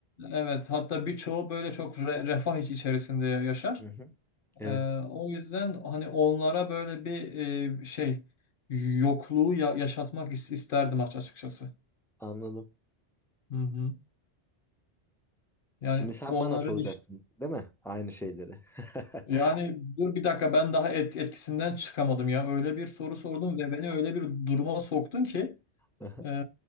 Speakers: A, on the left; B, in the centre.
A: evet hatta birçoğu böyle çok re- refah iç- içerisinde yaşar.
B: Hı hı. Evet.
A: E, o yüzden hani onlara böyle bir e, şey yokluğu ya- yaşatmak is- isterdim aç- açıkçası.
B: Anladım.
A: Hı hı. Yani
B: Şimdi sen
A: onların
B: bana soracaksın,
A: işte
B: değil mi? Aynı şeyleri. <laughs>
A: yani dur bir dakika ben daha et, etkisinden çıkamadım ya. Öyle bir soru sordun ve beni öyle bir duruma soktun ki
B: Aha.
A: e,